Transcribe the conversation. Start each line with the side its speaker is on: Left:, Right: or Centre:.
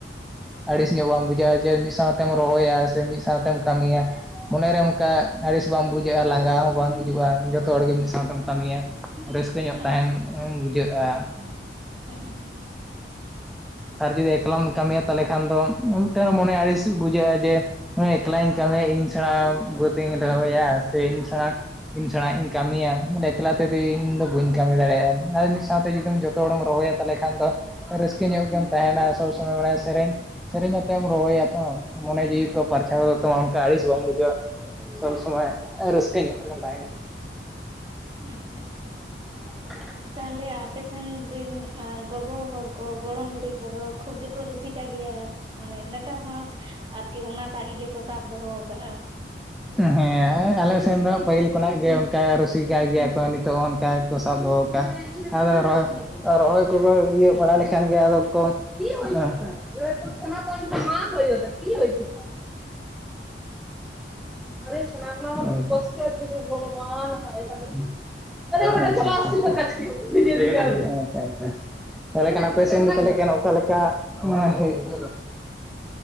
Centre: ᱟᱹᱲᱤᱥ ᱧᱚᱜ ᱵᱟᱢ ᱵᱩᱡᱷᱟᱹᱜᱼᱟ ᱡᱮ ᱢᱤᱫ ᱥᱟᱶᱛᱮᱢ ᱨᱚᱦᱚᱭᱟ ᱥᱮ ᱢᱤᱫ ᱥᱟᱶᱛᱮᱢ ᱠᱟᱹᱢᱤᱭᱟ ᱢᱚᱱᱮᱨᱮ ᱚᱱᱠᱟ ᱟᱹᱲᱤᱥ ᱵᱟᱢ ᱵᱩᱡᱷᱟᱹᱜᱼᱟ ᱞᱟᱸᱜᱟ ᱦᱚᱸ ᱵᱟᱝ ᱦᱤᱡᱩᱜᱼᱟ, ᱡᱚᱛᱚ ᱦᱚᱲᱜᱮ ᱢᱤᱫ ᱥᱟᱶᱛᱮᱢ ᱠᱟᱹᱢᱤᱭᱟ᱾ ᱾ ᱨᱟᱹᱥᱠᱟᱹ ᱧᱚᱜ
Right: ᱟᱪᱪᱷᱟ
Centre: ᱛᱟᱦᱮᱱ
Right: ᱟᱪᱪᱷᱟ
Centre: ᱵᱩᱡᱷᱟᱹᱜᱼᱟ ᱾
Right: ᱦᱮᱸ ᱦᱮᱸ ᱼᱼ
Centre: ᱟᱨ ᱡᱩᱫᱤ ᱮᱠᱞᱟᱢ ᱠᱟᱹᱢᱤᱭᱟ ᱛᱟᱞᱦᱮ ᱠᱷᱟᱱ ᱫᱚ ᱢᱤᱫᱴᱮᱱ ᱢᱚᱱᱮ ᱟᱹᱲᱤᱥ ᱵᱩᱡᱷᱟᱹᱜᱼᱟ ᱡᱮ ᱦᱮᱸ ᱮᱠᱞᱟᱧ ᱠᱟᱹᱢᱤᱭᱟ ᱤᱧ ᱥᱮᱬᱟ ᱵᱟᱹᱛᱤᱧ ᱨᱚᱦᱚᱭᱟ ᱥᱮ ᱤᱧ ᱥᱮᱬᱟ ᱤᱧ ᱥᱮᱬᱟᱜ ᱤᱧ ᱠᱟᱹᱢᱤᱭᱟ ᱮᱠᱞᱟ ᱛᱮᱫᱚ ᱤᱧ ᱫᱚ ᱵᱟᱹᱧ ᱠᱟᱹᱢᱤ ᱫᱟᱲᱮᱭᱟᱜ-ᱟ ᱟᱨ ᱢᱤᱫ ᱥᱟᱶᱛᱮ ᱡᱩᱫᱤᱢ ᱡᱚᱛᱚ ᱡᱚᱛᱚ ᱦᱚᱲᱮᱢ ᱨᱚᱦᱚᱭᱟ ᱛᱟᱦᱚᱞᱮ ᱠᱷᱟᱱ ᱫᱚ ᱨᱟᱹᱥᱠᱟᱹ ᱧᱚᱜ ᱜᱮᱢ ᱛᱟᱦᱮᱱᱟ ᱥᱚᱵ ᱥᱚᱢᱚᱭ ᱢᱟᱱᱮ ᱥᱮᱨᱮᱧ ᱥᱮᱨᱮᱧ ᱠᱟᱛᱮᱢ ᱨᱚᱦᱚᱭᱟ ᱛᱚ ᱢᱚᱱᱮ
Right: ᱦᱮᱸ
Centre: ᱡᱤᱣᱤ
Right: ᱦᱮᱸ
Centre: ᱠᱚ ᱯᱟᱨ <unintelligible> ᱚᱱᱠᱟ ᱟᱹᱲᱤᱥ ᱵᱟᱢ ᱵᱩᱡᱷᱟᱹᱣᱟ ᱥᱚᱵᱽ ᱥᱚᱢᱚᱭ ᱨᱟᱹᱥᱠᱟᱹ ᱧᱚᱜ ᱨᱮᱢ ᱛᱟᱦᱮᱱᱟ
Right: ᱟᱪᱪᱷᱟ ᱟᱪᱪᱷᱟ
Centre: ᱦ
Right: ᱛᱟᱦᱞᱮ ᱟᱯᱮᱥᱱ ᱨᱤᱱ ᱮᱸ ᱜᱚᱜᱚ ᱦᱚᱲ ᱠᱚ ᱜᱚᱲᱚᱢ ᱵᱩᱰᱦᱤ ᱠᱚᱫᱚ ᱠᱷᱩᱵ ᱜᱮᱠᱚ ᱨᱩᱥᱤᱠᱟ ᱜᱮᱭᱟ ᱢᱟᱱᱮ ᱱᱮᱛᱟᱨ ᱦᱚᱸ ᱟᱨᱠᱤ ᱚᱱᱟᱴᱟᱜ ᱤᱭᱟᱹ ᱠᱚ ᱥᱟᱵ ᱫᱚᱦᱚ ᱟᱠᱟᱜ-ᱟ
Centre: ᱦᱮᱸ ᱟᱞᱮ ᱥᱮᱱ ᱫᱚ ᱯᱟᱹᱦᱤᱞ ᱠᱷᱚᱱᱟᱜ ᱜᱮ ᱚᱱᱠᱟ ᱨᱩᱥᱤᱠᱟ ᱜᱮᱭᱟ ᱠᱚ᱾ ᱱᱤᱛᱚᱜ ᱚᱱᱠᱟ ᱥᱟᱵᱽ ᱫᱚᱦᱚ ᱠᱟᱜᱼᱟ, ᱟᱫᱚ ᱟᱨ ᱨᱚᱦᱚᱭ ᱠᱚᱠᱚ <unintelligible> ᱵᱟᱲᱟ ᱞᱮᱠᱷᱟᱱ ᱜᱮ ᱟᱫᱚ ᱠᱚ <inaudible> <unintelligible> <unintelligible>
Right: ᱟᱪᱪᱷᱟ
Centre: <unintelligible> ᱛᱟᱦᱞᱮ ᱠᱷᱟᱱ ᱟᱯᱮ ᱥᱮᱱ <inaudible> ᱚᱠᱟ ᱞᱮᱠᱟ ᱦᱩᱭᱩᱜ ᱼᱼ